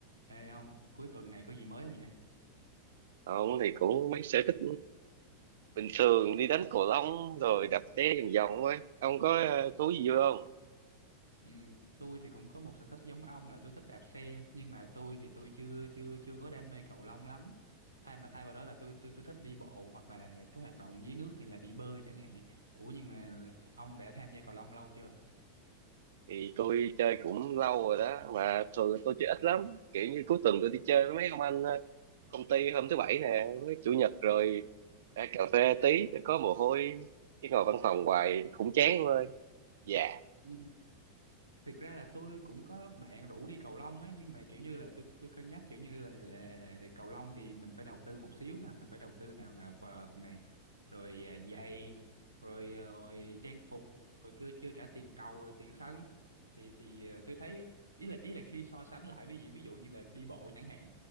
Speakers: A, on the right; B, on the right.
A: Ê ông, cuối tuần này có gì mới không vậy?
B: ông thì cũng mấy sở thích bình thường đi đánh cầu lông rồi đạp xe vòng vòng thôi ông có ờ, thú gì vui không
A: Ừ, tôi thì cũng có một sở thích giống ông là tôi thích đạp xe, nhưng mà tôi thì tôi chưa chưa chưa có đam mê cầu lông lắm. Thay mà thay vào đó là tôi tôi tôi thích đi bộ hoặc là cái hoạt động dưới nước như là đi bơi chẳng hạn. Ủa nhưng mà ông đã tham gia cầu lông lâu chưa?
B: thì tôi chơi cũng lâu rồi đó mà thường tôi chơi ít lắm kiểu như cuối tuần tôi đi chơi với mấy ông anh ờ, công ty hôm thứ bảy nè với chủ nhật rồi ra cà phê tí cho có mồ hôi chứ ngồi văn phòng hoài cũng chán thôi dạ
A: Ừ. thực ra là tôi cũng có bạn rủ đi cầu lông ấy nhưng mà kiểu như là tôi tôi cân nhắc kiểu như là là cầu lông thì mình phải đầu tư một xíu ha mình phải đầu tư nào là vợt này rồi à, giày rồi, à, rồi trang phục rồi chưa chưa cả tiền cầu rồi tiền sân thì thì à, tôi thấy ý là ý là khi so sánh lại với gì ví dụ như là đi bộ chẳng hạn